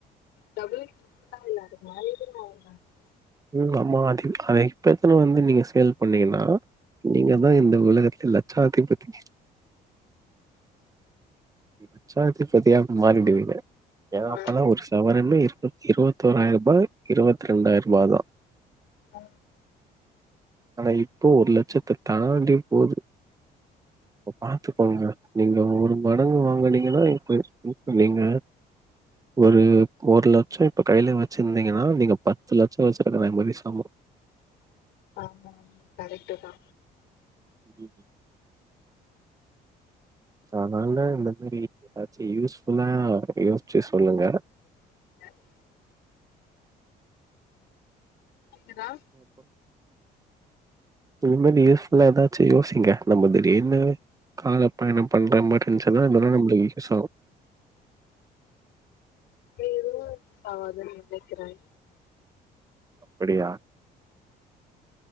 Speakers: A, on the left; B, on the right.
A: டபுள் ட்ருபுளா இல்ல அதுக்கு மேலயே கூட வாங்கிர்லாம் போல
B: ஓ ஆமா அது இப்பெத்துனு வந்து நீங்க சேல் பண்ணிங்கனா நீங்கதா இந்த உலகத்தில் லட்சாதிபதி லட்சாதிபதியா மாறிடுவிங்க ஏனா
A: ஆ
B: அப்பலா ஒரு சவரனு இருநூ இருவத்தோராயிருபா இருவத்ரெண்டாயிருபா தா
A: அ
B: ஆனா இப்போ ஒரு லட்சத்த தாண்டி போது அப்ப பாத்துக்கோங்க நீங்க ஒரு மடங்கு வாங்குனிங்கனா இப்ப இப்ப நீங்க ஒரு ஒரு லட்ச இப்ப கைல வச்சிருந்திங்கனா நீங்க பத்து லட்ச வச்சு ருக்ற மாரி சம
A: ஆமா ஆமா கரெக்ட்டு தா
B: ம் அதனால இந்த மாரி எதாச்சி யூஸ்ஃபுல்லா யோசிச்சு சொல்லுங்க
A: <inaudible> கேக்குதா
B: இனிமே யூஸ்ஃபுல்லா எதாச்சு யோசிங்க நம்ம திடீர்னு காலப்பயணம் பண்ற மார் இருந்துச்னா இதெல்லா நம்மளுக் யூஸ் ஆகு
A: எதுவு சாவாதுன் நெனைக்கிறே
B: அப்படியா